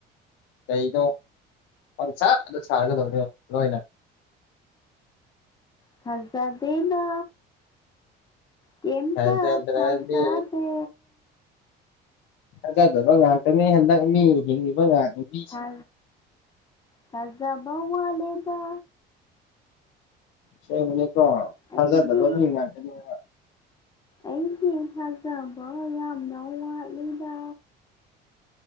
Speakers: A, on the left; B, on the left.
A: ꯀꯩꯅꯣ ꯄꯪꯁꯥꯗ ꯁꯥꯔꯒ ꯂꯣꯢꯔꯦ ꯂꯣꯏꯅ
B: ꯊꯖꯗꯦꯅ ꯀꯩꯝꯇ
A: ꯊꯥꯖꯗ꯭ꯔꯗꯤ
B: ꯊꯥꯖꯗꯦ
A: ꯊꯥꯖꯗꯕ ꯉꯥꯛꯇꯅꯦ ꯍꯟꯗꯛ ꯃꯤ ꯍꯤꯡꯉꯤꯕ ꯉꯥꯛ ꯃꯤꯁꯤꯡꯁꯦ
B: ꯊꯥ ꯊꯥꯖꯕ ꯋꯥꯠꯂꯦꯗꯥ
A: ꯁꯦꯡꯕꯅꯦꯀꯣ ꯊꯥꯖꯥꯗꯕꯒ
B: ꯑꯩꯗꯤ
A: ꯃꯤ ꯉꯥꯛꯇꯅꯦꯕ
B: ꯑꯩꯗꯤ ꯊꯥꯖꯕ ꯌꯥꯝꯅ ꯋꯥꯠꯂꯤꯗ